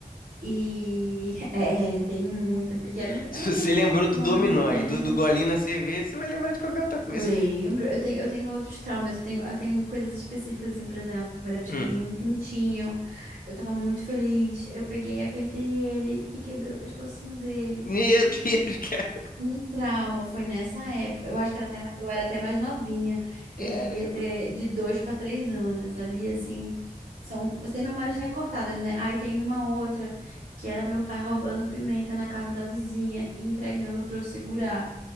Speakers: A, on the right; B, on the left.
A: E <laughs> é, tenho muita, porque era
B: <laughs>
A: um, era
B: Se
A: um tempo
B: você lembrou
A: muito
B: do
A: bom
B: dominó
A: da minha infância.
B: e do, do golinho na cerveja, você vai lembrar de qualquer outra coisa.
A: Lembro,
B: <laughs>
A: eu tenho, eu tenho outros traumas, eu tenho, eu tenho coisas específicas, assim, por exemplo, a primeira vez
B: Hum.
A: que eu ganhei um pintinho, eu tava muito feliz, eu peguei, apertei ele e quebrei o pescocinho dele.
B: Meu Deus, cara.
A: Um trauma, foi nessa época, eu acho que era até, ma- eu era até mais novinha,
B: Caramba.
A: eu devia ter de dois para três anos, ali, assim, são, são memórias recortadas, né? Aí tem uma outra, que era meu pai roubando pimenta na casa da vizinha e entregando pra eu segurar.